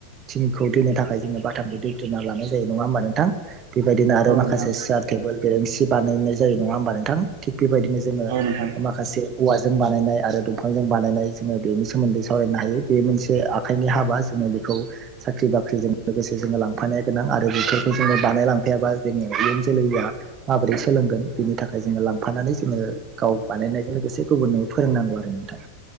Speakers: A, on the right; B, on the right.
A: थंखौ दोननो थाखाय जोङो बाथामखौ दै दोनना लानाय जायो नङा होमबा नोंथां बेबायदिनो आरो
B: औ
A: माखासे
B: नोंथां
A: सियार टेबोल बेरेंसि बानायनाय जायो नङा होमबा नोंथां थिग- बेबायदिनो जोङो
B: औ नोंथां
A: माखासे औवाजों बानायनाय आरो दंफांजों बानायनाय जोङो बेनि सोमोन्दै सावरायनो हायो बे मोनसे आखाइनि हाबा जोङो बेखौ साख्रि बाख्रिजों लोगोसे जोङो लांफानाया गोनां आरो बेफोरखौ जोङो लांफाबा जे इयुन जोलैया माबोरै सोलोंगोन बिनि थाखाय जोङो लांफानानै जोङो गाव बानायनाय जों लोगोसे गुबुननो फोरोंनांगौ आरो नोंथां